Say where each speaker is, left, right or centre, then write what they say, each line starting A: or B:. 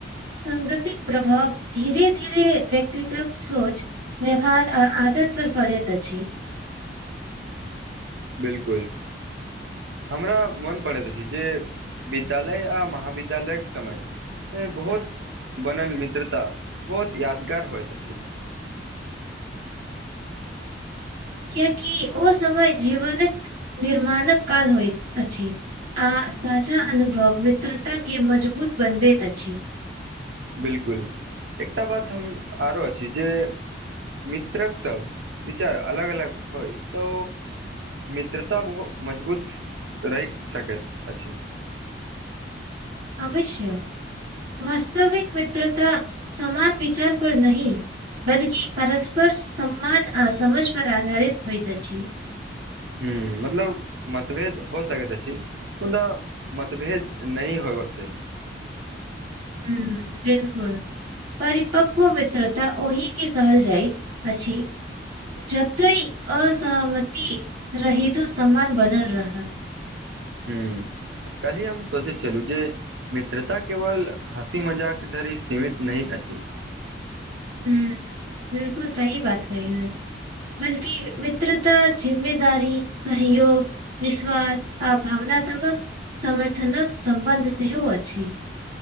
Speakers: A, on the right; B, on the right.
A: सागतिक प्रभाव धीरे धीरे व्यक्त्तिक सोच व्यवहार आ आदत पर पड़त अछि
B: बिल्कुल हमरा मोन पड़ैत अछि जे विद्यालय आ महाविद्यालयके समय बहुत बनल मित्रता बहुत यादगार होइत
A: कियकि ओ समय जीवनक निर्माणक काल होइत अछि आ साझा अनुभव मित्रताके मजबूत बनबैत अछि
B: बिल्कुल एकटा बात हम आरो अछि जे मित्रक सब विचार अलग अलग होइ तो मित्रता बहुत मजबूत रहि सकै अछि
A: अवश्य वास्तविक मित्रता सामन विचार पर नहीं बल्कि परस्पर सम्मान आ समझ पर आधारित होइ अछि
B: हं मतलब मतभेद हो सकेत अछी मुदा मतभेद नै होबाक चाही
A: हं बिल्कुल परिपक्व मित्रता ओहिके कहल जाइत अछि जते असहमति रहितो सम्मान बनल रहइआ
B: हं कल्हि हम सोचैत छलहुं जे मित्रता केवल हँसी मजाक धरि सीमित नै अछि
A: ही बिल्कुल सही बात कहि ले बल्कि मित्रता जिम्मेदारी सहयोग विश्वास आ भावनात्मक समर्थनक सम्बन्ध सेहो अछि